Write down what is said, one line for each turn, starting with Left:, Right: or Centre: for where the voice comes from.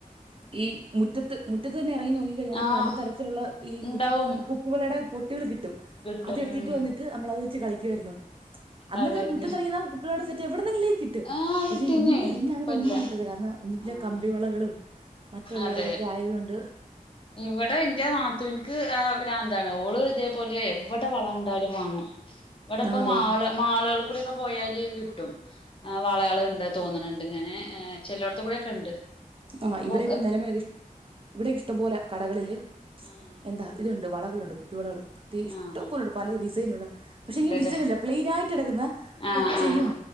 Right: ഈ മുറ്റത്ത് മുറ്റത്ത് തന്നെ ഇറങ്ങി നോക്കി കഴിഞ്ഞാൽ
Left: ആഹ്
Right: പലതരത്തിലുള്ള ഈ
Left: ഇണ്ടാവും
Right: കു കുപ്പിവളകളുടെ പൊട്ടികൾ കിട്ടും.
Left: കിട്ടും
Right: അതെടുത്തിട്ട്
Left: ഉം
Right: വന്നിട്ട് നമ്മൾ അത് വെച്ച് കളിക്കുമായിരുന്നു. അന്നൊക്കെ
Left: അതന്നെ
Right: മുറ്റത്തിറങ്ങി നടന്നാൽ കുപ്പി വളയുടെ സെറ്റ് എവിടന്നെങ്കിലും കിട്ടും കിട്ടും
Left: ആഹ്
Right: പക്ഷെ
Left: കിട്ടീന്നേ
Right: ഇന്ന്
Left: ഇപ്പല്ല
Right: ഇന്ന് അങ്ങനെ ഒന്നും കിട്ടില്ല കാരണം ഇന്നില്ലേ
Left: ആഹ്
Right: കമ്പി വളകളും മറ്റുള്ള
Left: അതെ
Right: ഇതൊക്കെ ആയതു കൊണ്ട്
Left: ഇവിടെ ഇന്റെ നാ ത്തൂൻക്ക് ഭ്രാന്താണ്. ഓള് ഇതേപോലെ എവിടെ വള കണ്ടാലും വാങ്ങും. ഇവിടെ ഇപ്പം
Right: ആണല്ലേ
Left: മാള്, മാളുകൾ കൂടെ പോയാല് കിട്ടും. ആ വളകള്ണ്ട് തോന്ന്‌ണ് ണ്ട് ഇങ്ങനെ ഏഹ് ചെലയിടത്ത് കൂടൊക്കെ ഉണ്ട്
Right: ആ
Left: അപ്പൊ
Right: ഇവിടെ ഇപ്പം നിലമേൽ ഇവിടെ ഇഷ്ടം പോലെ കടകളില്
Left: ആഹ്
Right: എന്താ ഇത്ണ്ട് വളകളുണ്ട് കുപ്പിവളകള്. ഇഷ്ടം
Left: ആഹ്
Right: പോലെയുണ്ട് പല ഡിസൈനുള്ള പക്ഷെ
Left: ഇണ്ട്ല്ലേ
Right: ഈ ഡിസൈനില്ലേ പ്ലെയിൻ ആയിട്ട് കിടക്കുന്ന
Left: ആഹ്
Right: പച്ചയും
Left: ആഹ്